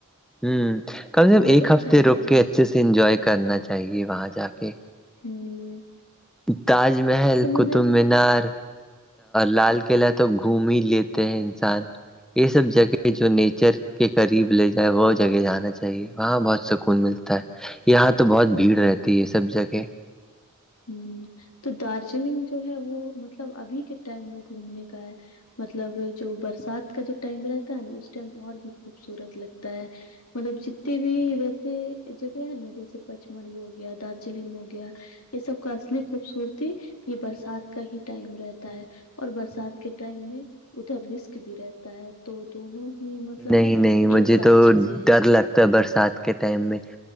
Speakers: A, in the centre; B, on the left.
A: ہوں کم سے کم
B: بہت
A: ایک
B: اچھا
A: ہفتے
B: ہے
A: رک
B: میں نے
A: کے
B: بھی
A: اچھے
B: سنا
A: سے انجوائے
B: ہے
A: کرنا چاہیے وہاں جا کے
B: ہوں
A: تاج محل
B: تو
A: قطب
B: مجھے
A: مینار لال قلعہ تو گھوم ہی لیتے ہیں انسان یہ سب جگہ کہ
B: ہوں
A: جو نیچر کے قریب لے جائے وہ جگہ جانا چاہیے وہاں بہت سکون ملتا ہے یہاں تو بہت
B: ہوں
A: بھیڑ رہتی ہے سب جگہ
B: ہ تو دارجلنگ جو ہے وہ مطلب ابھی کے ٹائم میں گھومنے کا ہے مطلب جو برسات کا جو ٹائم رہتا ہے نا اس ٹائم اور بھی خوبصورت لگتا ہے مطلب جتنے بھی ویسے جگہ ہے نا جیسے پچمڑھی ہو گیا دارجلنگ ہو گیا یہ سب کا اصلی خوبصورتی یہ برسات کا ہی ٹائم رہتا ہے اور برسات کے ٹائم میں ادھر رسک بھی رہتا ہے تو دونوں ہی مطلب
A: نہیں نہیں مجھے
B: ایک ساتھ چیزیں ہیں
A: ڈر لگتا تو برسات کے ٹائم میں